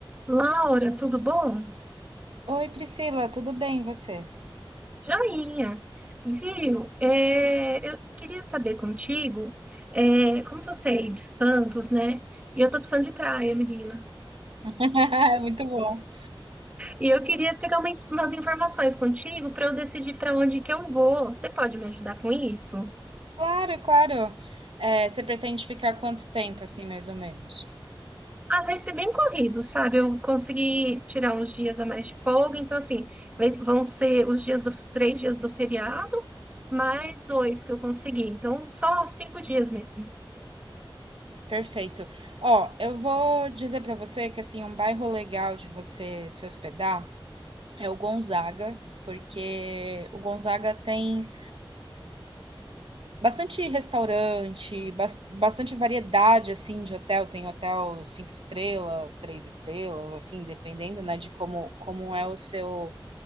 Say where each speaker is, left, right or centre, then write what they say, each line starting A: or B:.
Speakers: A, on the right; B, on the right.
A: Laura, tudo bom?
B: Oi, Priscila, tudo bem e você?
A: Joinha. Viu? É, eu queria saber contigo, é, como você é de Santos, né? E eu tô precisando de praia, menina.
B: <laughs> Muito bom.
A: E eu queria pegar umas, umas informações contigo para eu decidir para onde que eu vou. Você pode me ajudar com isso?
B: Claro, claro. É, você pretende ficar quanto tempo, assim, mais ou menos?
A: Ah, vai ser bem corrido, sabe? Eu consegui tirar uns dias a mais de folga, então assim, vai- vão ser os dias do, três dias do feriado, mais dois que eu consegui. Então, só cinco dias mesmo.
B: Perfeito. Ó, eu vou dizer para você que assim um bairro legal de você se hospedar é o Gonzaga, porque o Gonzaga tem bastante restaurante, bas- bastante variedade assim de hotel. Tem hotel cinco estrelas, três estrelas, assim, dependendo, né, de como como é o seu